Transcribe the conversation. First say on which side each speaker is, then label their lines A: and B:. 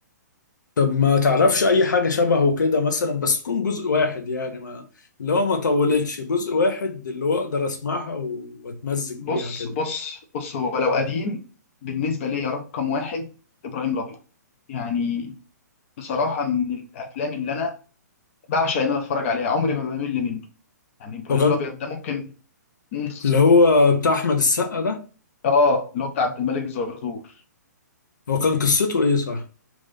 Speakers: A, on the left; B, on the left.
A: طب ما تعرفش اي حاجة شبهه كده مثلا بس تكون جزء واحد يعني ما اللي هو ما طولتش جزء واحد اللي هو اقدر اسمعها و- واتمزج
B: بص
A: بيها كده
B: بص بص هو لو قديم بالنسبة لي رقم واحد إبراهيم الأبيض يعني بصراحة من الأفلام اللي أنا بعشق إن أنا أتفرج عليها عمري ما بمل منه يعني إبراهيم
A: وكان
B: الأبيض ده ممكن مم.
A: اللي هو بتاع احمد السقا ده
B: آه اللي هو بتاع عبد الملك زرزور
A: هو كان قصته ايه صح